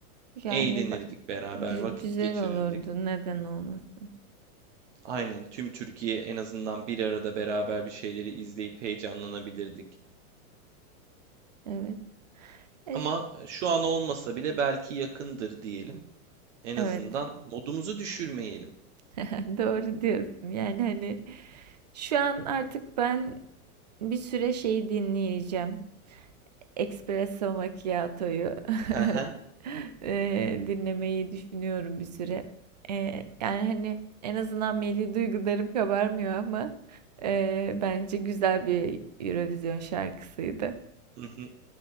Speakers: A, on the right (about 30°); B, on the right (about 50°).
A: Yani
B: Eğlenirdik
A: ba-
B: beraber,
A: gü-
B: vakit
A: güzel
B: geçirirdik.
A: olurdu. Neden olmasın?
B: Aynen tüm Türkiye en azından bir arada beraber bir şeyleri izleyip heyecanlanabilirdik.
A: Evet. Es-
B: Ama e, şu an olmasa bile belki yakındır diyelim. En
A: Evet.
B: azından modumuzu düşürmeyelim.
A: <laughs> Doğru diyorsun. Yani hani Şu an artık ben bir süre şey dinleyeceğim. Espresso Macchiato'yu
B: <laughs>
A: <laughs> eee, dinlemeyi düşünüyorum bir süre. Eee, yani hani en azından milli duygularım kabarmıyor ama eee, bence güzel bir Eurovision şarkısıydı.
B: Hı hı.